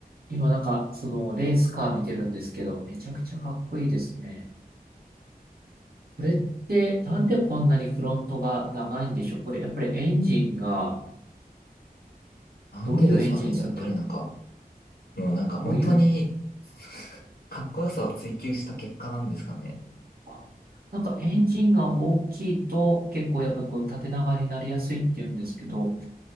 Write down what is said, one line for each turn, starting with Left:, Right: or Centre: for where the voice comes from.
Right: 今、なんか、その、レースカー見てるんですけど、めちゃくちゃかっこいいですね。これって、なんでこんなにフロントが長いんでしょう。これ、やっぱりエンジンが、
Left: なんでですかね。
Right: どういうエンジン積んでる
Left: やっぱりなんか、もうなんか本当に
Right: どういう、
Left: <laughs> かっこよさを追求した結果なんですかね。
Right: あ、なんかエンジンが大きいと、結構やっぱこう、縦長になりやすいっていうんですけど、